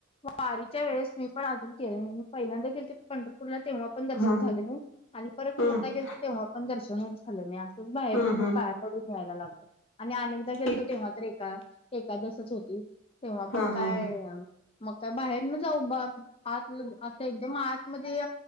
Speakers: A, on the left; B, on the left.
A: वारीच्या वेळेस मी पण आजून गेले नाही पहिल्यांदा गेलते पंढरपूरला तेव्हा पण दर्शन
B: ह ह
A: झालं नाही आणि परत
B: हम्म
A: जता गेल तर तेव्हा पण दर्शनच झालं नाही असंच बाहेरून
B: हम्म
A: मग
B: हम्म.
A: पाया कडून यायला लागत. आणि अनेकदा गेलतो
B: इत
A: तेव्हा तर एका एकादसच होती तेव्हा
B: हा
A: पण काय
B: हा हा
A: मग काय बाहेर न जाऊ आत असं एकदम आतमध्ये